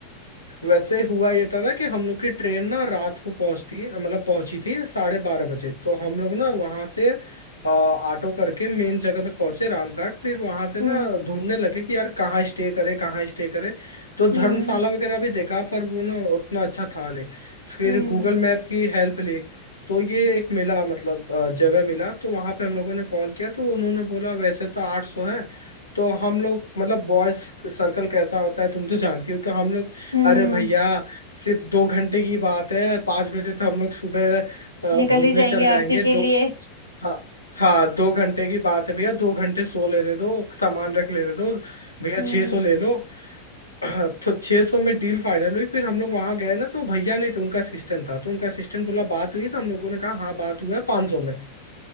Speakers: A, on the left; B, on the right.
A: वैसे हुआ ये था ना कि हम लोग की ट्रेन ना रात को पहुंचती मतलब पहुंची थी साढ़े बारह बजे तो हम लोग ना वहां से अ, ऑटो करके मेन जगह पे पहुंचे रामघाट फिर वहां से
B: हम्म
A: ना ढूंढने लगे कि यार कहाँ स्टे करे कहाँ स्टे करे तो धर्मशाला
B: हम्म
A: वगैरह भी देखा पर वो ना उतना अच्छा था नहीं फिर
B: हम्म
A: गूगल मैप की हेल्प ली तो ये एक मिला मतलब अ, जगह मिला तो वहां पे हम लोगों ने कॉल किया तो उन्होंने बोला वैसे तो आठ सौ है तो हम लोग मतलब बॉयज सर्कल कैसा होता है तुम तो जानती हो तो हम लोग
B: हम्म
A: अरे भैया सिर्फ दो घंटे की बात है पाँच बजे तो हम लोग सुबह अ,
B: निकल
A: घूमने
B: ही जाएंगे
A: चल जाएंगे
B: आरती के
A: दो
B: लिए
A: हाँ हाँ दो घंटे की बात है भैया दो घंटे सो लेने दो सामान रख लेने दो भैया
B: हम्म
A: छः सौ ले लो <clears throat> हाँ, तो छः सौ में डील फाइनल हुई फिर हम लोग वहां गए ना तो भैया नहीं थे उनका असिस्टेंट था तो उनका असिस्टेंट बोला बात हुई तो हम लोगों ने कहा हाँ बात हुआ है 500 में